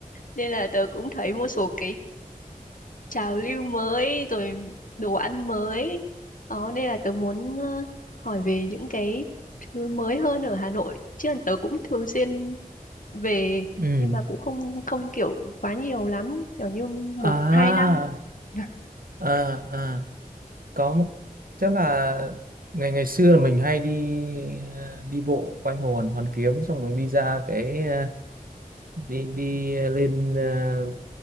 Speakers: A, on the left; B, on the right.
A: nên là tớ cũng thấy một số cái trào lưu mới rồi đồ ăn mới. Đó, nên là tớ muốn ờ, hỏi về những cái thứ mới hơn ở Hà Nội. Chứ tớ cũng thường xuyên về
B: Ừ.
A: nhưng mà cũng không không kiểu quá nhiều lắm kiểu như
B: À,
A: một hai năm <laughs>
B: à, à, có một- chắc là ngày ngày xưa là mình hay đi ờ, đi bộ quanh hồ Hoàn Hoàn Kiếm xong mình đi ra cái ờ, đi đi lên ờ,